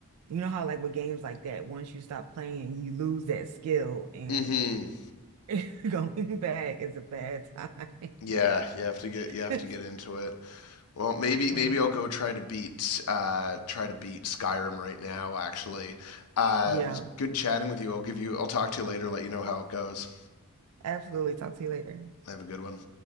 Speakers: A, on the right; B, on the left.
A: You know how like with games like that, once you stop playing, you lose that skill and
B: Mhm.
A: <laughs> going back is a bad time.
B: Yeah, you have to get you have
A: <laughs>
B: to get into it. Well, maybe
A: Right.
B: maybe I'll go try to beat uh, try to beat Skyrim right now. Actually, uh,
A: Yeah.
B: it was good chatting with you. I'll give you. I'll talk to you later. Let you know how it goes.
A: Absolutely. Talk to you later.
B: Have a good one.